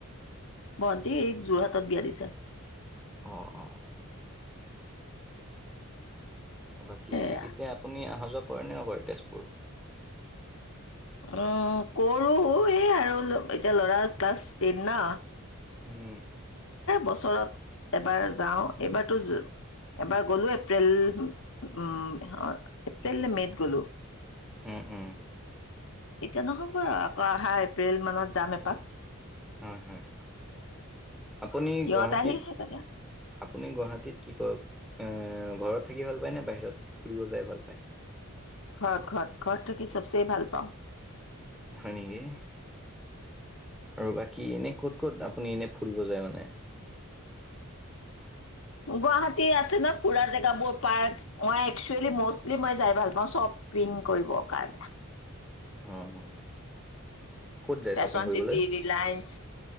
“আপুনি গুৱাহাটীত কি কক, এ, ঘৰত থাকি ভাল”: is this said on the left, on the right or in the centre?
Centre